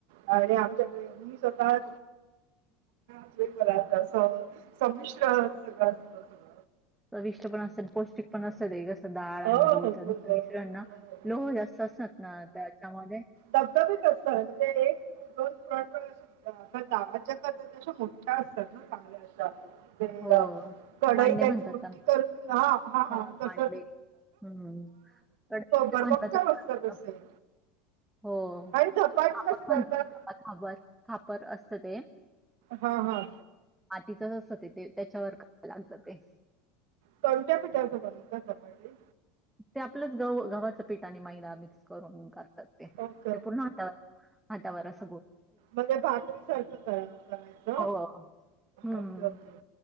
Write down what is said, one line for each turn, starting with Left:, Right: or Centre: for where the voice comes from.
Right: आणि आमच्याकडे मी स्वतः सगळ्या पदार्थांच संमिश्रन सगळं असत सगळ.
Centre: चविष्ट पण असेल पौष्टिक पण असेल <unintelligible> डाळ
Right: हो,
Centre: आणि
Right: हो,
Centre: गुळ
Right: हो,
Centre: मिश्रणना
Right: हो, हो.
Centre: लोह जास्त असतात ना त्याच्यामध्ये
Right: धबधबे कस म्हणजे एक दोन पुरणपोळ्या घातल्या. गावाच्या करत्यात तश्या मोठ्या असतात ना चांगल्या अश्या. ते
Centre: हो
Right: अ कढई
Centre: मांडे
Right: काहीतरी
Centre: म्हणतात
Right: उलटी
Centre: त्यांना
Right: करून हा हा
Centre: हां
Right: तस
Centre: मांडे हम्म अड
Right: भरभक्कम असतात असे
Centre: <unintelligible> हो
Right: आणि धपाटे
Centre: खापर
Right: कसे
Centre: म्हणतात
Right: करतात
Centre: त्याला खापर असं ते
Right: हा हा
Centre: अ तिथ असतं ते त्याच्यावर काही <unintelligible>
Right: कोणत्या पिठाचं बनवता धपाटे?
Centre: ते आपलंच गव गव्हाचं पिठ आणि मैदा मिक्स करून करतात ते
Right: ओके
Centre: ते पुन्हा हातावर हातावर अस
Right: मग भाकरी सारखं करा करायचं?
Centre: हो. हं.
Right: ओके ओके.